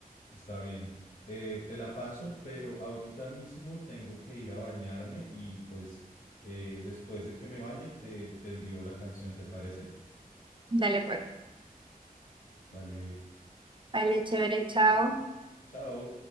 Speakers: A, on the left; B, on the right.
A: Está bien. Eh, te la paso, pero ahorita mismo tengo que ir a bañarme y pues eh, después de que me bañe te, te envío la canción, ¿te parece?
B: Dale, pues.
A: Vale,
B: Vale, chévere, chao.
A: chao.